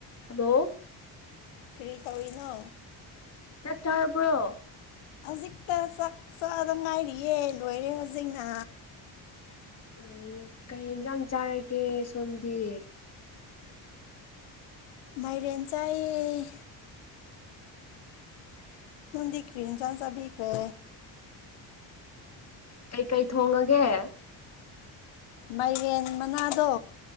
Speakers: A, on the left; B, on the left.
A: hello
B: ꯀ꯭ꯔꯤ ꯇꯧꯔꯤꯅꯣ
A: ꯆꯠ ꯆꯥꯔꯕ꯭ꯔꯣ
B: ꯍꯧꯖꯤꯛꯇ ꯆꯥꯛ ꯆꯥꯗ ꯉꯥꯏꯔꯤꯌꯦ ꯂꯣꯏꯔꯦ ꯍꯧꯖꯤꯛꯅ
A: ꯎꯝ ꯀꯔꯤ ꯏꯟꯁꯥꯡ ꯆꯥꯔꯒꯦ ꯁꯣꯝꯗꯤ
B: ꯃꯥꯏꯔꯦꯟꯦꯟꯁꯥꯏ
A: ꯎꯝ
B: ꯔꯤ ꯏꯟ ꯆꯁ ꯈ꯭ꯔꯦ
A: ꯀꯩꯀꯩ ꯊꯣꯡꯉꯒꯦ
B: ꯃꯥꯏꯔꯦꯟ ꯃꯅꯥꯗꯣ